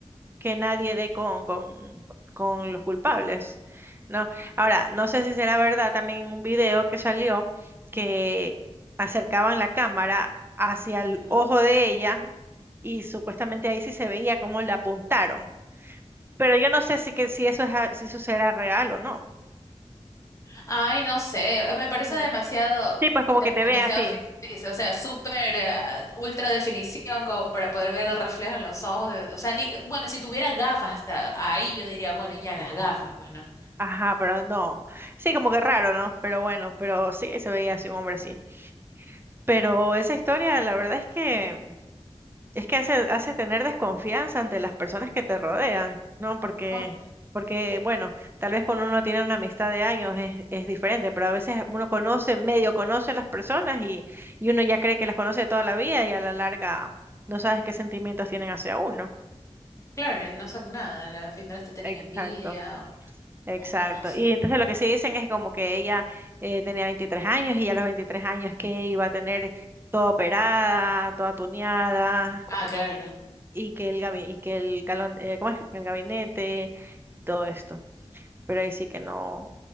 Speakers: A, on the right (about 20°); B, on the left (about 30°).
A: que nadie dé con, con, con los culpables, ¿no? Ahora, no sé si será verdad también en un video que salió que acercaban la cámara hacia el
B: ¿Ya?
A: ojo de ella y supuestamente ahí sí se veía cómo le apuntaron. Pero yo no sé si, que, si eso es, a- si eso será real o no.
B: Ay, no sé, me parece
A: Mm.
B: demasiado,
A: Sí, pues como
B: dem-
A: que te
B: demasiado
A: ven así.
B: ficticio, o sea, súper eh, ultra definición como para poder ver el reflejo en los ojos, de- o sea, ni, bueno, si tuviera gafas hasta ahí yo diría, bueno, ya las gafas, pues no.
A: Ajá, pero no. Sí, como que raro, ¿no? Pero bueno, pero sí, se veía así un hombre así. Pero esa historia, la verdad es que Es que hace, hace tener desconfianza ante las personas que te rodean, ¿no? Porque,
B: Obvio.
A: porque, bueno, tal vez cuando uno tiene una amistad de años es, es diferente, pero a veces uno conoce, medio conoce a las personas y, y uno ya cree que las conoce toda la vida y a la larga no sabes qué sentimientos tienen hacia uno.
B: Claro, y no son nada, al final te tienen
A: Exacto.
B: envidia, o,
A: Exacto.
B: o no sé.
A: Y entonces lo que sí dicen es como que ella eh, tenía 23 años y a los 23 años que iba a tener toda operada, toda tuneada,
B: Ah, claro.
A: y que el gabi- y que el galón, eh, ¿cómo es? El gabinete y todo esto. Pero ahí sí que no,